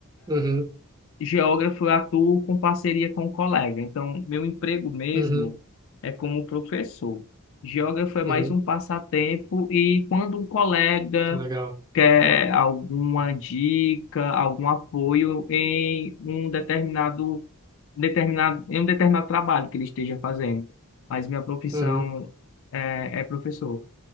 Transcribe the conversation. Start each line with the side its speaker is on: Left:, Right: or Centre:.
Right: Uhum,
Left: geógrafo, eu atuo com parceria com um colega. Então, meu emprego mesmo
Right: uhum,
Left: é como professor. Geógrafo é mais
Right: uhum,
Left: um passatempo e quando um colega
Right: legal.
Left: quer alguma dica, algum apoio em um determinado, determinado, em um determinado trabalho que ele esteja fazendo. Mas minha profissão
Right: Uhum.
Left: é, é professor.